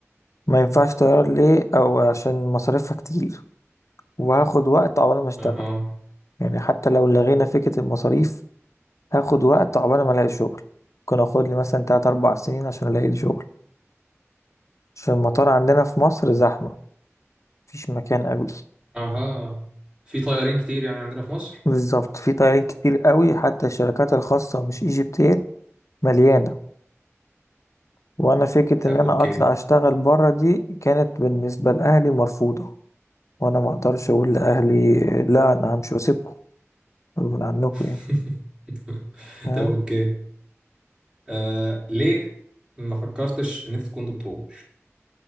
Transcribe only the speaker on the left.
ما ينفعش طيران ليه أو عشان مصاريفها كتير وهاخد وقت عقبال ما اشتغل
يعني حتى لو لغينا فكرة المصاريف هاخد وقت عقبال ما الاقي شغل ممكن اخد لي مثلا تلات اربع سنين عشان الاقي لي شغل عشان المطار عندنا في مصر زحمة مفيش مكان قوي
بالظبط في طيارين كتير قوي حتى الشركات الخاصة مش ايجيبت اير مليانة وانا فكرة
ان انا
اطلع اشتغل بره دي كانت بالنسبة لاهلي مرفوضة وانا ما اقدرش اقول لاهلي لا انا همشي واسيبكم غصب عنكم
يعني فاهم؟